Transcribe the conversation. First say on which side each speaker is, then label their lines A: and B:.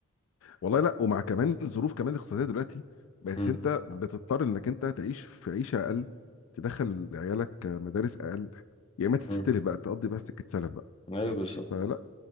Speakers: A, on the left; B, on the left.
A: والله لا ومع كمان الظروف كمان الاقتصاديه دلوقتي بقت
B: مم.
A: انت بتضطر انك انت تعيش في عيشه اقل تدخل عيالك مدارس اقل يا اما تستلف
B: مم.
A: بقى تقضي بس سكه سلف بقى
B: ايوه بالظبط
A: فلا